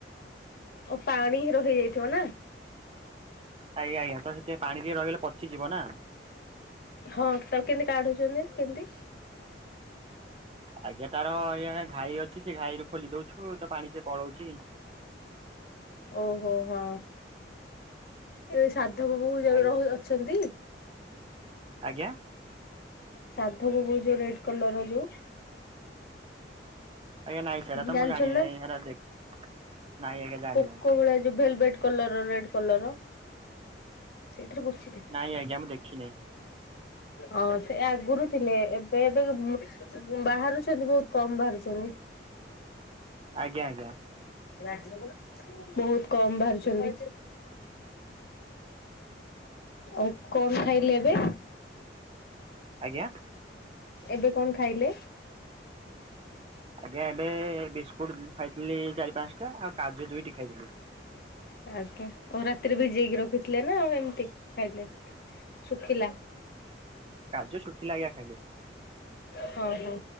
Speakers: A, on the left (about 55°); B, on the right (about 30°).
A: ଓ ପାଣି ହି ରହିଯାଇଥିବ ନା।
B: ଆଜ୍ଞା ଆଜ୍ଞା ତ ସେଥି ପାଣି ଟିକିଏ ରହଗଲେ ପଚିଯିବ ନା।
A: ହଁ ତାକୁ କେମିତି କାଢୁଛନ୍ତି କେମତି? ହୁଁ।
B: ଆଜ୍ଞା ତାର ଆଜ୍ଞା ଘାଇ ଅଛି ସେ ଘାଇ ରୁ ଖୋଲି ଦଉଛୁ ତ ପାଣି ସେ ପଳଉଚି।
A: ଓହୋ ହଁ ଏବେ ସାଧବ ବହୁ ଯ
B: ଆଜ୍ଞା
A: ରହୁ ଛନ୍ତି।
B: ଆଜ୍ଞା।
A: ସାଧବ ବୋହୁ ଯୋଉ ରେଡ କଲର ର ଯୋଉ।
B: ଆଜ୍ଞା ନାଇଁ ସେରା ତ
A: ଜାଣିଛନ୍ତି
B: ମୁଁ ଜାଣିନେଇ
A: ନା
B: ହେରା ଦେଖି ନାଇଁ ଆଜ୍ଞା। ଜାଣିନାହିଁ
A: ପୋକ ଭଳିଆ ଯୋଉ ଭେଲଭେଟ୍ କଲର ରେଡ୍ କଲର। ସେଇଥିରେ ପୋଛିଦେ।
B: ନାଇଁ ଆଜ୍ଞା ମୁଁ ଦେଖି ନେଇଁ।
A: ହଁ ସେ ଆଗୁରୁ ଥିଲେ ଏବେ ଏବେ ବାହାରୁଛନ୍ତି ବହୁତ କମ ବାହାରୁଛନ୍ତି।
B: ଆଜ୍ଞା ଆଜ୍ଞା।
A: ରାଜ୍ୟ ବହୁତ କମ ବାହାରୁଛନ୍ତି। ଆଉ କନ୍ ଖାଇଲେ ଏବେ?
B: ଆଜ୍ଞା?
A: ଏବେ କଣ ଖାଇଲେ?
B: ଆଜ୍ଞା ଏବେ ବିସ୍କୁଟ ଖାଇଥିଲି ଚାରି ପାଞ୍ଚଟା ଆଉ କାଜୁ ଦୁଇଟି ଖାଇଥିଲି।
A: ଆଜ୍ଞା ଆଉ ରାତିରେ ଭିଜେଇକି ରଖିଥିଲେ ନା, ଏମିତି ଖାଇଲେ ଶୁଖିଲା।
B: କାଜୁ ଶୁଖିଲା ଆ ଖାଇଲେ।
A: ହଁ ହଁ